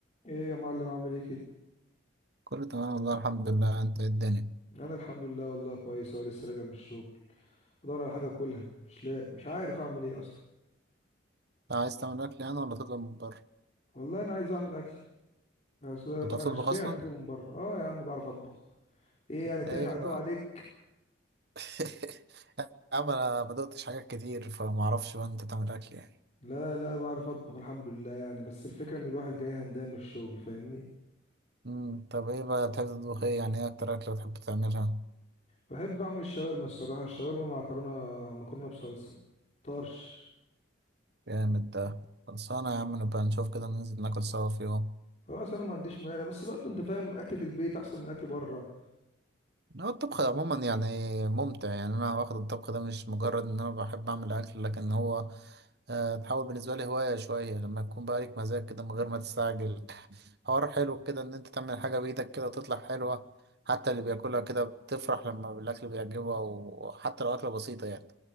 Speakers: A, on the left; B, on the right.
A: ايه يا معلم عامل ايه كده
B: كله تمام والله الحمد لله انت ايه الدنيا انت
A: انا الحمد لله والله كويس اهو لسه راجع من الشغل بدور على حاجه اكلها مش لاقي مش عارف اعمل ايه اصلا
B: عايز تعمل اكل يعني ولا تطلب من بره
A: والله انا عايز اعمل اكل بس انا
B: انت بتعرف تطبخ
A: شبعت
B: اصلا
A: اطلبه من بره اه يا عم بعرف اطبخ ايه
B: انت
A: يعني تايه
B: ايه
A: هتوه
B: بقى
A: عليك
B: <laughs> يا عم انا ما دقتش حاجات كتير فما اعرفش بقى انت تعمل اكل يعني
A: لا لا بعرف اطبخ الحمد لله يعني بس الفكره ان الواحد جاي همدان من الشغل فاهمني
B: امم طب ايه بقى بتحب تطبخ ايه يعني ايه اكتر اكله بتحب تعملها
A: بحب اعمل الشاورما الصراحه الشاورما مع مكرونه مكرونه بصلصه طرش
B: جامد ده خلصانه يا عم نبقى نشوف كده ننزل ناكل سوا في يوم
A: خلاص انا ما عنديش مانع بس برضه انت فاهم اكله البيت احسن من اكل بره
B: هو الطبخ عموما يعني ممتع يعني انا واخد الطبخ ده مش مجرد ان انا بحب اعمل اكل لكن هو آه، تحول بالنسبة لي هواية شوية لما يكون بقى ليك مزاج كده من غير ما تستعجل <laughs> حوار حلو كده إن أنت تعمل حاجة بإيدك كده وتطلع حلوة حتى اللي بياكلها كده بتفرح لما الأكل بيعجبه أو حتى لو أكلة بسيطة يعني